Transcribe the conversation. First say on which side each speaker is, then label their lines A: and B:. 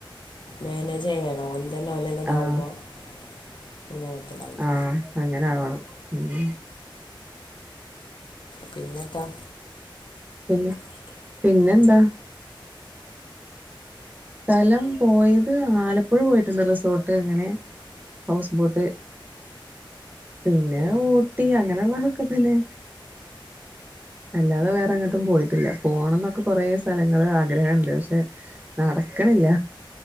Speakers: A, on the left; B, on the right.
A: മാനേജ് ചെയ്യാന ഓല തന്നെ ഓലല്ലന്ന
B: ആഹ്
A: ആാവുമ്പോൾ അ കുഴപ്പമണ്ടാവില്ല
B: ആഹ് അങ്ങനെ ആവണം ഉം
A: പിന്നെതാ......
B: പിന്നെ പിന്നേന്താ.... സ്ഥലം പോയത് ആലപ്പുഴ പോയിട്ടുണ്ട് റിസോർട്ട് അങ്ങനെ..... ഹൗസ് ബോട്ട് പിന്നെ
A: ഏ
B: ഊട്ടി അങ്ങനെയുള്ളതൊക്കെ തന്നെ അല്ലാതെ വേറെങ്ങട്ടും പോയിട്ടില്ല. പോണംന്നൊക്കെ കൊറേ സ്ഥലങ്ങള് ആഗ്രഹണ്ട് പക്ഷെ നടക്കണില്ല